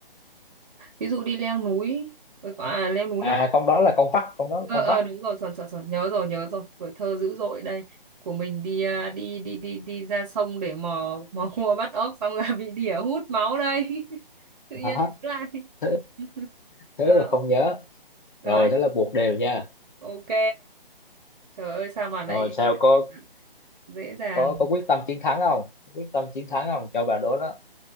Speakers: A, on the right; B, on the left.
A: ví dụ đi leo núi, ờ, à leo núi
B: à
A: là
B: con đó là con vắt con đó là
A: ờ
B: con
A: ờ
B: vắt
A: đúng rồi, chuẩn chuẩn chuẩn, nhớ rồi, nhớ rồi, tuổi thơ dữ dội đây. Của mình đi à, đi đi đi đi ra sông để mò mò <laughs> cua bắt ốc xong là bị đỉa hút máu đây. <laughs> Tự
B: Đó,
A: nhiên đứng lại.
B: thế
A: <laughs>
B: thế
A: Ờ,
B: mà không nhớ
A: đấy,
B: rồi thế là buộc đều nha
A: ok. Trời ơi sao mà lại
B: rồi sao
A: có
B: có
A: thể dễ dàng
B: có có quyết tâm chiến thắng không quyết tâm chiến thắng không cho bà đố đó